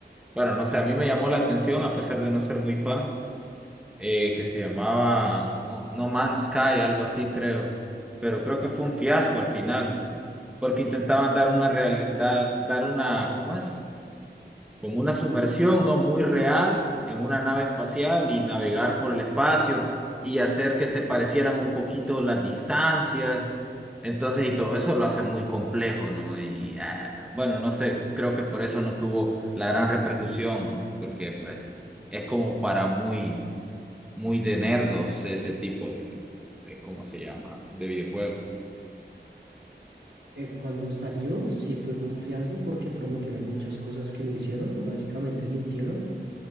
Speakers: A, in the centre; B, on the right.
A: bueno, no sé, a mí me llamó la atención a pesar de no ser muy fan eh, que se llamaba no, No Man's Sky, algo así creo, pero creo que fue un fiasco al final, pues, porque intentaban dar una realidad, dar una, ¿cómo es? Como una sumersión, ¿no? Muy real en una nave espacial y navegar por el espacio y hacer que se parecieran un poquito las distancias. Entonces, y todo eso lo hace muy complejo, ¿no? Y ah, bueno, no sé, creo que por eso no tuvo la gran repercusión, ¿no? Porque pues es como para muy, muy de nerdos ese tipo de, de ¿cómo se llama? De videojuego
B: Eh, cuando salió, sí fue un fiasco porque prometieron muchas cosas que no hicieron, básicamente mintieron,